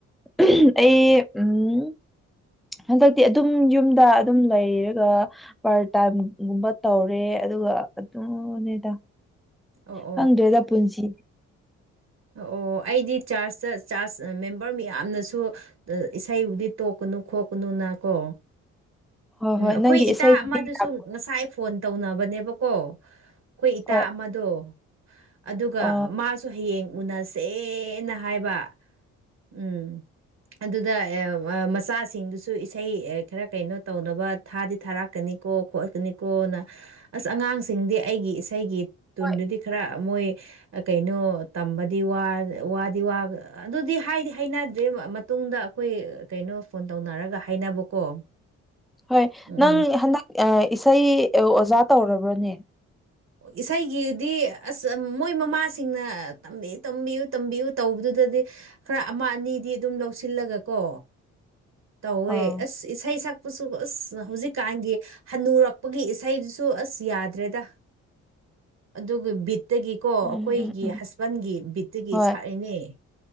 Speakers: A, in the centre; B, on the right.
A: ꯎꯝꯝ ꯑꯩ ꯎꯝ <unintelligible> ꯍꯟꯗꯛꯇꯤ ꯑꯗꯨꯝ ꯌꯨꯝꯗ ꯑꯗꯨꯝ ꯂꯩꯔꯒ ꯄꯥꯔꯠ ꯇꯥꯏꯝꯒꯨꯝꯕ ꯇꯧꯔꯦ ꯑꯗꯨꯒ ꯑꯗꯨꯅꯦꯗ
B: ꯑꯣ
A: ꯈꯪꯗ꯭ꯔꯦꯗ ꯄꯨꯟꯁꯤ
B: ꯑꯣ ꯑꯣ ꯑꯩꯗꯤ ꯆꯥꯔꯆꯇ ꯆꯥꯔꯆ ꯃꯦꯝꯕꯔ ꯃꯌꯥꯝꯅꯁꯨ <unintelligible> ꯏꯁꯩꯕꯨꯗꯤ ꯇꯣꯛꯀꯅꯨ ꯈꯣꯠꯀꯅꯨꯅ ꯀꯣ
A: ꯍꯣꯏ
B: ꯎꯝ
A: ꯍꯣꯏ
B: ꯑꯩꯈꯣꯏ
A: ꯅꯪꯒꯤ
B: ꯏꯇꯥ
A: ꯏꯁꯩꯗꯤ
B: ꯑꯃꯗꯨꯁꯨ
A: ꯌꯥꯝ
B: ꯉꯁꯥꯏ ꯐꯣꯟ ꯇꯧꯅꯕꯅꯦꯕꯀꯣ ꯑꯩꯈꯣꯏ ꯏꯇꯥ
A: ꯍꯣꯏ
B: ꯑꯃꯗꯣ ꯑꯗꯨꯒ
A: ꯑ
B: ꯃꯥꯁꯨ ꯨ ꯍꯌꯦꯡ ꯎꯅꯁꯦꯅ ꯍꯥꯏꯕ ꯎꯝ ꯑꯗꯨꯗ <unintelligible> ꯃꯆꯥꯁꯤꯡꯗꯨꯁꯨ ꯏꯁꯩ ꯈꯔ ꯀꯩꯅꯣ ꯇꯧꯅꯕ ꯊꯥꯗꯤ ꯊꯥꯔꯛꯀꯅꯤꯀꯣ ꯈꯣꯠꯀꯅꯤꯀꯣꯅ ꯑꯁ ꯑꯉꯥꯡꯁꯤꯡꯗꯤ ꯑꯩꯒꯤ ꯏꯁꯩꯒꯤ ꯇꯨꯟꯗꯨꯗꯤ
A: ꯍꯣꯏ
B: ꯈꯔ ꯃꯣꯏ ꯀꯩꯅꯣ ꯇꯝꯕꯗꯤ ꯋꯥꯗꯤ ꯋꯗꯤ ꯋꯒ ꯑꯗꯨꯗꯤ ꯍꯥꯏꯗꯤ ꯍꯥꯏꯅꯗ꯭ꯔꯦ ꯃꯇꯨꯡꯗ ꯑꯩꯈꯣꯏ ꯀꯩꯅꯣ ꯐꯣꯟ ꯇꯧꯅꯔꯒ ꯍꯥꯏꯅꯕꯀꯣ
A: ꯍꯣꯏ
B: ꯎꯝ
A: ꯅꯪ ꯍꯟꯗꯛ ꯑ ꯏꯁꯩ ꯑꯣꯖꯥ ꯇꯧꯔꯕ꯭ꯔꯥꯅꯦ
B: ꯏꯁꯩꯒꯤꯗꯤ ꯑꯁ ꯃꯣꯏ ꯃꯃꯥꯁꯤꯡꯅ ꯇꯝꯕꯤꯌꯨ ꯇꯝꯕꯤꯌꯨ ꯇꯝꯕꯤꯌꯨ ꯇꯧꯕꯗꯨꯗꯗꯤ ꯈꯔ ꯑꯃ ꯑꯅꯤꯗꯤ ꯑꯗꯨꯝ ꯂꯧꯁꯤꯜꯂꯒ ꯀꯣ ꯇꯧꯋꯦ
A: ꯑꯥ
B: ꯑꯁ ꯏꯁꯩ ꯁꯛꯄꯁꯨ ꯑꯁ ꯍꯧꯖꯤꯛꯀꯥꯟꯒꯤ ꯍꯅꯨꯔꯛꯄꯒꯤ ꯏꯁꯩꯗꯨꯁꯨ ꯑꯁ ꯌꯥꯗ꯭ꯔꯦꯗ ꯑꯗꯨꯒꯨ ꯕꯤꯠꯇꯒꯤ ꯀꯣ
A: ꯎꯝ
B: ꯑꯩꯈꯣꯏꯒꯤ
A: ꯎꯝ ꯎꯝ
B: ꯍꯁꯕꯦꯟꯒꯤ ꯕꯤꯠꯇꯒꯤ
A: ꯍꯣꯏ
B: ꯁꯥꯛꯑꯦꯅꯦ